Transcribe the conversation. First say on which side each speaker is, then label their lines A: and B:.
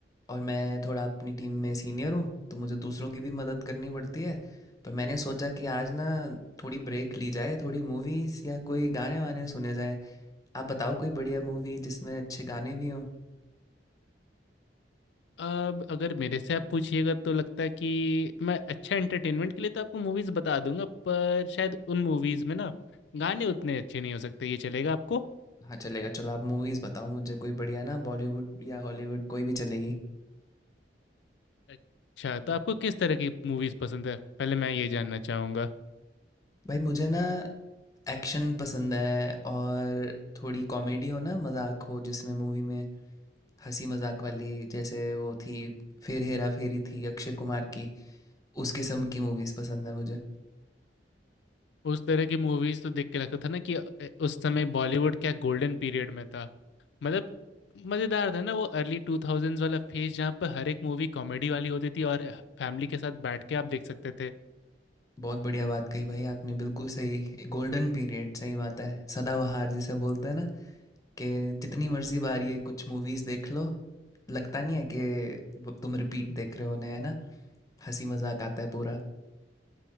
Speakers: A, on the left (about 20°); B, on the left (about 70°).
A: और मैं थोड़ा अपनी टीम में सीनियर हूँ तो मुझे दूसरों की भी मदद करनी पड़ती है पर मैंने सोचा कि आज ना थोड़ी ब्रेक ली जाए थोड़ी मूवीज़ या कोई गाने वाने सुने जाएं आप बताओ कोई बढ़िया मूवी जिसमें अच्छे गाने भी हों
B: अब अगर मेरे से आप पूछिएगा तो लगता है कि मैं अच्छा एंटरटेनमेंट के लिए तो आपको मूवीज बता दूंगा पर शायद उन मूवीज में ना गाने उतने अच्छे नहीं हो सकते ये चलेगा आपको
A: हाँ चलेगा चलो आप मूवीज़ बताओ मुझे कोई बढ़िया ना बॉलीवुड या हॉलीवुड कोई भी चलेगी
B: अच्छा तो आपको किस तरह की मूवीज पसंद है पहले मैं ये जानना चाहूंगा
A: भाई मुझे ना एक्शन पसंद है और थोड़ी कॉमेडी हो ना मजाक हो जिसमें मूवी में हंसी मजाक वाली जैसे वो थी फिर हेरा फेरी थी अक्षय कुमार की उस किस्म की मूवीज पसंद है मुझे
B: उस तरह की मूवीज तो देख के लगता था ना कि अ, उस समय बॉलीवुड क्या गोल्डन पीरियड में था मतलब मजेदार था ना वो अर्ली टू थाउजेंड्स वाला फेज जहाँ पर हर एक मूवी कॉमेडी वाली होती थी और फैमिली के साथ बैठ के आप देख सकते थे
A: बहुत बढ़िया बात कही भाई आपने बिल्कुल सही गोल्डन पीरियड सही बात है सदाबहार जिसे बोलते हैं ना कि जितनी मर्जी बार ये कुछ मूवीज देख लो लगता नहीं है कि ब- तुम रिपीट देख रहे हो उन्हें है ना हंसी मजाक आता है पूरा